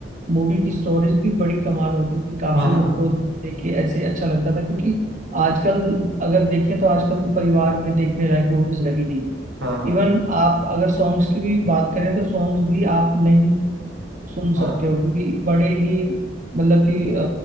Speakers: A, on the right; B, on the right.
A: मूवी की स्टोरीज भी बड़ी कमाल होती थी काफी
B: हाँ
A: उनको देख के ऐसे अच्छा लगता था क्योंकि आजकल तो, अगर देखें तो आजकल तो परिवार में देखने लायक मूवीज रही नहीं
B: हाँ हाँ
A: इवन आप अगर सॉन्ग्स की भी बात करें तो सॉन्ग्स भी आप नहीं सुन
B: हाँ
A: सकते हो क्योंकि बड़े ही मतलब कि अ,